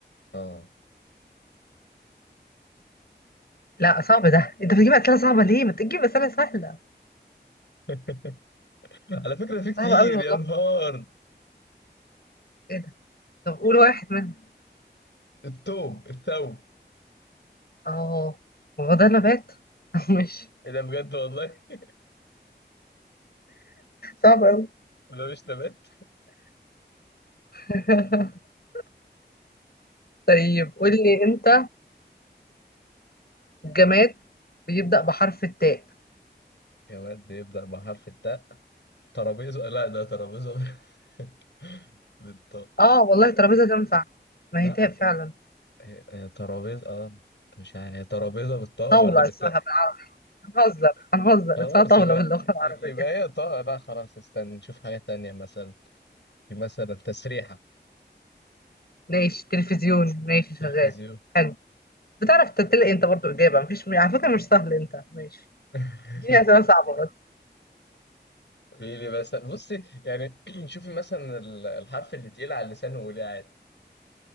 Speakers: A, on the left; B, on the left.
A: اه
B: لا صعب ده انت بتجيب اسئله صعبه ليه ما تجيب اسئله سهله
A: <laughs> على فكرة في كتير
B: صعبه قوي والله
A: يا نهار
B: ايه ده طب قول واحد منهم
A: التوم الثوم
B: اه ما هو ده نبات <laughs> ماشي
A: ايه ده بجد والله <laughs>
B: صعب قوي
A: ده مش نبات
B: <laughs> طيب قول لي انت جماد بيبدأ بحرف التاء
A: جماد بيبدأ بحرف التاء ترابيزة لا ده ترابيزة <laughs> بالطاء
B: اه والله ترابيزة تنفع ما هي
A: لا
B: تاء
A: ب-
B: فعلا
A: هي هي ترابيزة اه مش عارف هي ترابيزة بالطاء
B: طاولة
A: ولا بالتاء
B: اسمها بقى هنهزر هنهزر
A: خلاص
B: اسمها طاولة
A: يبقى
B: باللغة العربية
A: يبقى هي طه لا خلاص استنى نشوف حاجة تانية مثلا في مثلا تسريحة
B: ماشي تلفزيون ماشي شغال
A: تلفزيون
B: حلو بتعرف تلاقي انت برضو إجابة مفيش على فكرة مش سهل انت ماشي
A: <laughs>
B: اديني أسئلة صعبة بس
A: في لي مثلا بصي يعني <clears throat> شوفي مثلا ال- الحرف اللي تقيل على اللسان وقوليه عادي